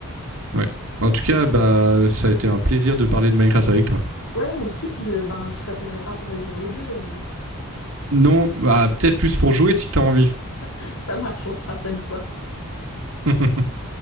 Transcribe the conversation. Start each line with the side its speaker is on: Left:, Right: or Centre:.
Right: Ouais. En tout cas, bah, ça a été un plaisir de parler de Minecraft avec toi.
Left: Ouais, moi aussi. Puis euh, ben, je t'appellerai pas pour aller voir le 2, euh, du coup.
Right: Non, bah, peut-être plus pour jouer si t'as envie.
Left: <laughs> Ça marche, on se fera ça une fois.
Right: <laughs>